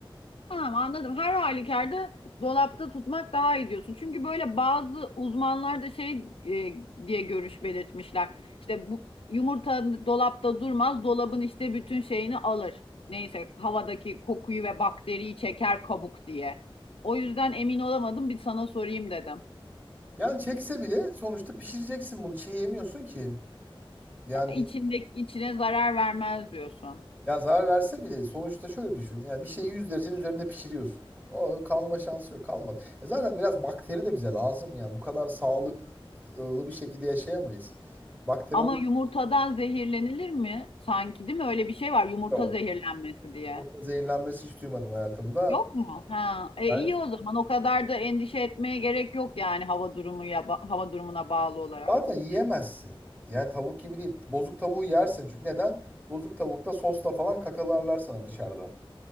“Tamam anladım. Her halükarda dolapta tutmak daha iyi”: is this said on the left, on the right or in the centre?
Left